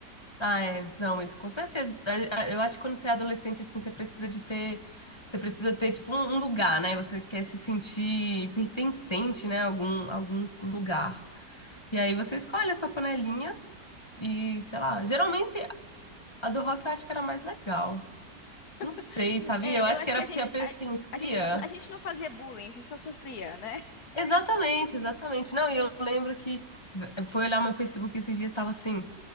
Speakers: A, on the left (about 20°); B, on the left (about 65°).
A: Ah, é. Não, isso com certeza. A- a- Eu acho que quando você é adolescente, assim, você precisa de ter. Você precisa ter, tipo, um um lugar, né? Você quer se sentir pertencente, né? Algum, algum lugar. E aí você escolhe a sua panelinha E, sei lá, geralmente a do rock eu acho que era mais legal. Não sei,
B: <laughs>
A: sabia?
B: É,
A: Eu acho
B: eu acho
A: que era
B: que a
A: porque
B: gente,
A: a pertencia.
B: a, a gente, fa- a gente não fazia bullying, a gente só sofria, né?
A: Exatamente, exatamente. Não, e eu lembro que v- eu fui olhar meu Facebook esses dias, estava assim: